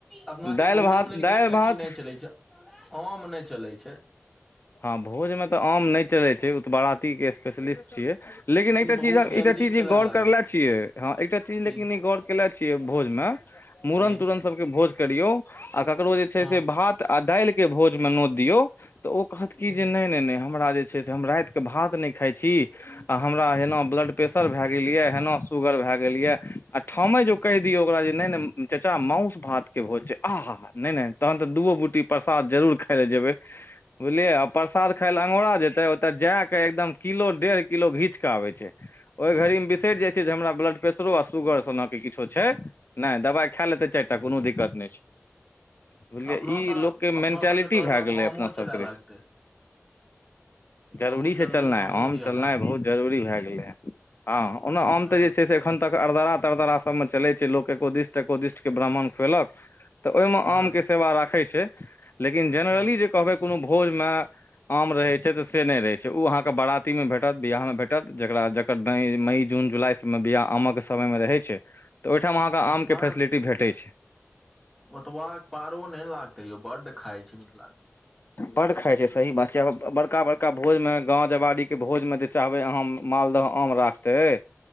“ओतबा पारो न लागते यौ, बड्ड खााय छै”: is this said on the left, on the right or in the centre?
Centre